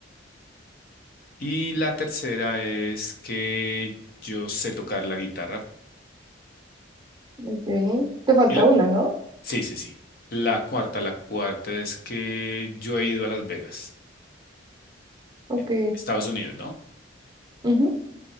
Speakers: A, on the left (about 50°); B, on the right (about 20°).
A: Y la tercera es que yo sé tocar la guitarra.
B: Ok. Te falta
A: Y la...
B: una, ¿no?
A: Sí, sí, sí. La cuarta, la cuarta es que yo he ido a Las Vegas,
B: Ok.
A: eh, Estados Unidos, ¿no?
B: ujú,